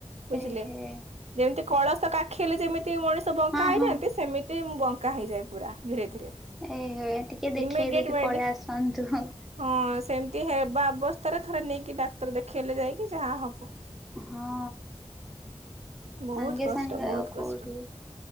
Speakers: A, on the right; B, in the centre.
A: ବୁଝିଲେ
B: ଏହେ
A: ଯେମିତି କଳସ କାଖେଇଲେ ଯେମିତି ମଣିଷ ବଙ୍କା
B: ହଁ
A: ହେଇଜାନ୍ତି
B: ହଁ
A: ସେମି ତୀ ମୁଁ ବଙ୍କା ହେଇଯାଏ ପୁରା ଧୀରେ ଧୀରେ।
B: ଏହେ ଟିକେ ଦେଖେଇ
A: ଇମିଡିଏଟ
B: ଦେଇକି
A: ମେଡି
B: ପଳେଇ ଆସନ୍ତୁ ହେଁ।
A: ହଁ ସେମିତି ହେବା ଅବସ୍ଥାରେ ଥରେ ନେଇକି ଡାକ୍ତର ଦେଖେଇଲେ ଯାଇକି ଯାହା ହବ।
B: ହଁ
A: ବହୁତ
B: ସାଙ୍ଗେ
A: କଷ୍ଟ
B: ସାଙ୍ଗେ
A: ବହୁତ
B: ଆଉ କୋଉଠି?
A: କଷ୍ଟ